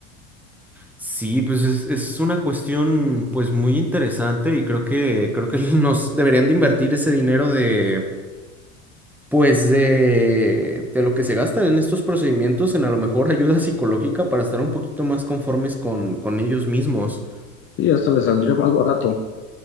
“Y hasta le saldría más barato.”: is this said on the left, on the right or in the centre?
Left